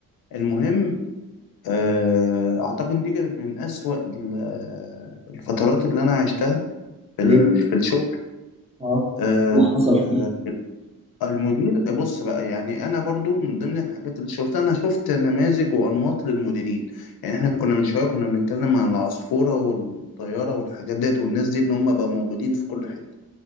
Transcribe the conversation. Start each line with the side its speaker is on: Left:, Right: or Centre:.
Left: المهم آه، اعتقد إن دي كانت من اسوأ ال- الفترات اللي انا عشتها في
Right: ليه؟
Left: ال- في الشغل
Right: اه
Left: آه،
Right: اللي حصل فيه
Left: المدير بص بقى يعني انا برضو من ضمن الحاجات اللي شفتها انا شفت نماذج وانماط للمديرين يعني احنا كنا من شويه كنا بنتكلم عن العصفوره والطياره والحاجات ديت والناس دي ان هم بقى موجودين في كل حته